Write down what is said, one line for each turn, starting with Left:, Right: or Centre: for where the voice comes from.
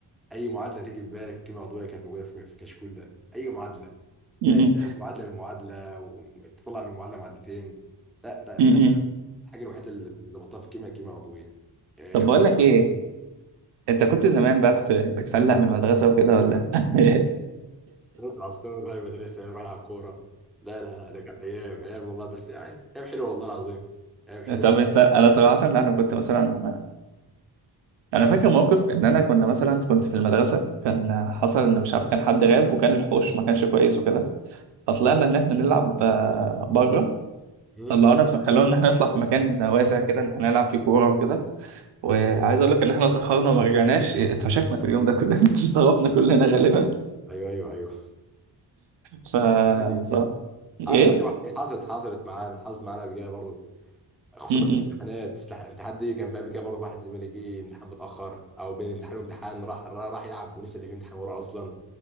Centre: أي معادلة تيجي في بالك في الكيمياء العضوية كانت موجودة في في الكشكول ده أي معادلة
Right: م-
Centre: تع- تعمل معادلة من معادلة وتطلع من معادلة معادلتين لا لا
Right: م-
Centre: بقى
Right: م-
Centre: الحاجة الوحيدة اللي اللي ظبطتها في الكيمياء الكيمياء العضوية آه،
Right: طب
Centre: غير
Right: بقول
Centre: كده
Right: لك ايه انت كنت زمان بقى بت... بتفلق من المدرسه وكده ولا <laughs>
Centre: نطلع الصور وهاي المدرسة نروح نلعب كورة لا لا لا ده كانت أيام أيام والله بس يعني أيام حلوة والله العظيم أيام حلوة
Right: طب انسان انا صراحه لا انا كنت مثلا انا فاكر موقف ان انا كنا مثلا كنت في المدرسه كان حصل ان مش عارف كان حد غاب وكان الحوش ما كانش كويس وكده فطلعنا ان احنا نلعب آه، بره
Centre: مم.
Right: طلعونا في خلونا ان احنا نطلع في مكان واسع كده ان احنا نلعب فيه كوره وكده وعايز اقول لك ان احنا اتاخرنا وما رجعناش اتفشخنا في اليوم ده كلنا <laughs> ضربنا كلنا غالبا
Centre: أيوه أيوه أيوه
Right: ف
Centre: يعني عادي
Right: صراحة- ايه
Centre: عادي أيوه حصلت حصلت معانا حصلت معانا قبل كده برضه خصوصا
Right: م-
Centre: في الامتحانات
Right: م.
Centre: في الامتحان دي كان في قبل كده برضه واحد زميلي جه امتحان متأخر أو بين امتحان وامتحان راح راح راح يلعب ونسي اللي فيه امتحان وراه أصلا